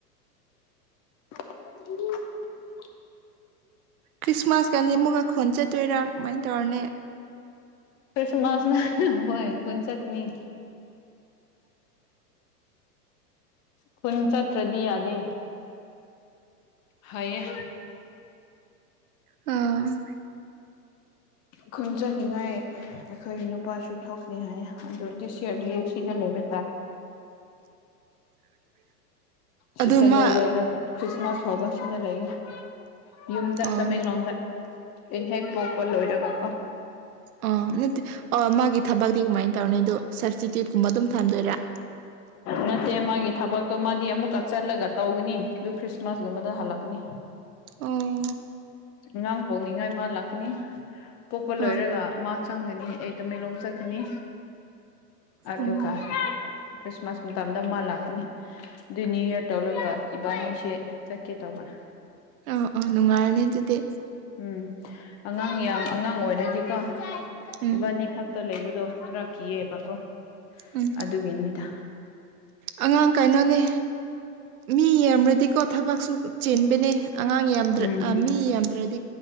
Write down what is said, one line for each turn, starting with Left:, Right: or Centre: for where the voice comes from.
Left: <unintelligible>
Right: ꯈ꯭ꯔꯤꯁꯃꯥꯁꯀꯗꯤ ꯑꯃꯨꯛꯒ ꯈꯣꯟ ꯆꯠꯇꯣꯏꯔ ꯀꯃꯥꯏꯅ ꯇꯧꯔꯅꯤ
Left: ꯈꯔꯤꯁꯃꯥꯁꯅ ꯍꯣꯏ ꯈꯨꯟ ꯆꯠꯀꯅꯤ ꯈꯨꯟ ꯆꯠꯇ꯭ꯔꯗꯤ ꯌꯥꯗꯦ ꯍꯩꯌꯦ
Right: ꯎꯝ
Left: ꯈꯨꯟ ꯆꯠꯅꯤꯡꯉꯥꯏ ꯑꯈꯣꯏ ꯅꯨꯄꯥꯁꯨ ꯊꯣꯛꯅꯤ ꯍꯥꯏ ꯑꯗꯨ ꯗꯤꯁ ꯌ꯭ꯔꯗꯤ ꯁꯤꯗ <unintelligible>
Right: <inaudible>
Left: ꯁꯤꯗ
Right: ꯃꯥ
Left: ꯂꯩ ꯂꯩꯔꯒ ꯈ꯭ꯔꯤꯁꯃꯥꯁ ꯐꯥꯎꯕ ꯁꯤꯗ ꯂꯩꯒꯦ ꯌꯨꯝꯗ
Right: ꯑꯥ
Left: ꯇꯃꯦꯡꯂꯣꯡꯗ ꯑꯩ ꯍꯦꯛ ꯄꯣꯛꯄ ꯂꯣꯏꯔꯒ ꯀꯣ
Right: ꯑꯣ ꯅꯠꯇꯦ ꯑꯣ ꯃꯥꯒꯤ ꯊꯕꯛꯇꯤ ꯀꯃꯥꯏꯟ ꯇꯧꯔꯅꯤ ꯑꯗꯨ ꯁꯞꯁꯇꯤꯇ꯭ꯌꯨꯠꯀꯨꯝꯕ ꯑꯗꯨꯝ ꯊꯝꯗꯣꯏꯔꯥ <inaudible>
Left: ꯅꯠꯇꯦ ꯃꯥꯒꯤ ꯊꯕꯛꯇꯣ ꯃꯥꯗꯤ ꯑꯃꯨꯛꯀ ꯆꯠꯂꯒ ꯇꯧꯒꯅꯤ ꯑꯗꯨ ꯈ꯭ꯔꯤꯁꯃꯥꯁꯀꯨꯝꯕꯗ ꯍꯜꯂꯛꯀꯅꯤ
Right: ꯑꯣ
Left: ꯑꯉꯥꯡ ꯄꯣꯛꯅꯤꯡꯉꯥꯏ ꯃꯥ ꯂꯥꯛꯀꯅꯤ ꯄꯣꯛꯄ ꯂꯣꯏꯔꯒ
Right: ꯑꯥ
Left: ꯃꯥ ꯆꯪꯒꯅꯤ ꯑꯩ ꯇꯃꯦꯡꯂꯣꯡ ꯆꯠꯀꯅꯤ ꯑꯗꯨꯒꯥ
Right: ꯎꯝ
Left: ꯈ꯭ꯔꯤꯁꯃꯥꯁ ꯃꯇꯝꯗ ꯃꯥ ꯂꯥꯛꯀꯅꯤ ꯑꯗꯨ ꯅꯤꯌꯨ ꯌꯥꯔ ꯇꯧꯂꯒ ꯏꯕꯥꯅꯤꯁꯦ ꯆꯠꯀꯦ ꯇꯧ <inaudible>
Right: ꯑꯥ ꯑꯥ ꯅꯨꯡꯉꯥꯏꯔꯅꯤ ꯑꯗꯨꯗꯤ
Left: ꯎꯝ ꯑꯉꯥꯡ ꯌꯥꯝ ꯑꯉꯥꯡ ꯑꯣꯏꯔꯗꯤꯀꯣ
Right: ꯎꯝ
Left: ꯏꯕꯥꯅꯤ ꯈꯛꯇ ꯂꯩꯕꯗꯣ ꯈꯔ ꯀꯤꯑꯦꯕꯀꯣ
Right: ꯎꯝ
Left: ꯑꯗꯨꯒꯤꯅꯤꯗꯥ
Right: ꯑꯉꯥꯡ ꯀꯩꯅꯣꯅꯤ ꯃꯤ ꯌꯥꯝꯔꯗꯤꯀꯣ ꯊꯕꯛꯁꯨ ꯆꯦꯟꯕꯅꯦ ꯑꯉꯥꯡ ꯌꯥꯝꯗ꯭ꯔ
Left: ꯎꯝ
Right: ꯃꯤ ꯌꯥꯝꯗ꯭ꯔꯗꯤ